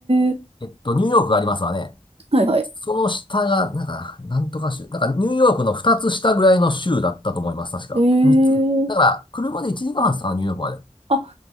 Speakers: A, on the right; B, on the left.
A: え。
B: えっと、ニューヨークがありますわね。
A: はいはい。
B: その下が、なんか、なんとか州。なんか、ニューヨークの2つ下ぐらいの州だったと思います、確か。
A: へえ。
B: 3つ。だから、車で1時間半ですかね、ニューヨークまで。
A: あ、